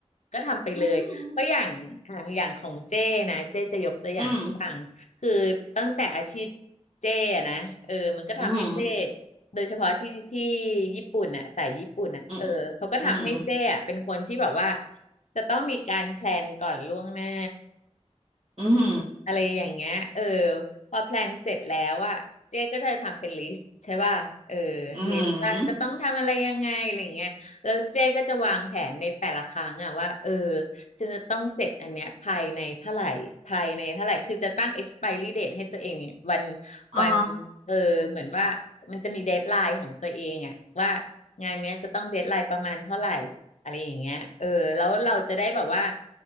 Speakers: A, on the left; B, on the right.
A: ก็ทำไปเลยเพราะอย่างอ่ะอย่างของเจ้นะเจ้จะยกตัวอย่างต่างคือตั้งแต่อาชีพ
B: อืมอืม
A: เจ้อะนะเออมันก็ทำให้เจ้
B: อืม
A: โดยเฉพาะที่ที่ญี่ปุ่นน่ะสายญี่ปุ่นน่ะเออเขาก็ทำให้เจ้อะเป็นคนที่แบบว่า
B: อืมอืม
A: จะต้องมีการแพลนก่อนล่วงหน้า
B: อืม
A: อะไรอย่างเงี้ยเออพอแพลนเสร็จแล้วอะเจ๊ก็จะทำเป็นลิสต์ใช่ป่ะเออ
B: อืม
A: ลิสต์ว่าจะต้องทำอะไรยังไงอะไรอย่างเงี้ยแล้วเจ๊ก็จะวางแผนในแต่ละครั้งอะว่าเออฉันจะต้องเสร็จอันเนี้ยภายในเท่าไหร่ภายในเท่าไหร่คือจะตั้ง expiry date ให้ตัวเองเนี่ยวัน
B: อ๋อ
A: วันเออเหมือนว่ามันจะมีเดดไลน์ของตัวเองอะว่างานเนี้ยจะต้องเดดไลน์ประมาณเท่าไหร่ อะไรอย่างเงี้ยเออ แล้วเราจะได้แบบว่า